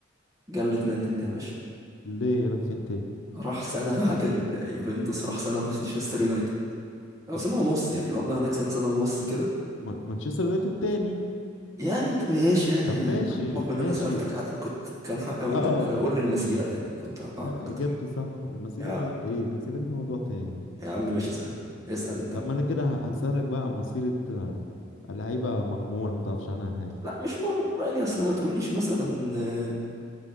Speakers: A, on the right; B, on the left.
A: جلت منك دي يا باشا
B: ليه راح فين تاني
A: راح سنة بعد اليوفنتوس راح سنة في مانشستر يونايتد او سنه ونص يعني قضى هناك سنه سنه ونص كده
B: ما- مانشستر يونايتد تاني
A: يعني انت ماشي يعني
B: طب
A: يعني
B: ماشي
A: بحكم ان
B: ماشي
A: انا سالتك على الان كنت كان حق اقول
B: اه
A: لك قول لي المسيره يعني كنت اوقعك
B: لا
A: اكتر
B: اجابتي صح المسيرة
A: يا عم
B: ده ايه المسيرة دي موضوع تاني
A: يا عم ماشي سهل اسال انت
B: طب
A: يا عم
B: ما انا كده ه- هسألك بقى عن مسيرة آه، لعيبة مغمورة ما تعرفش عنها حاجة
A: لا مش مغمور يعني اصل ما تقوليش مثلا آه،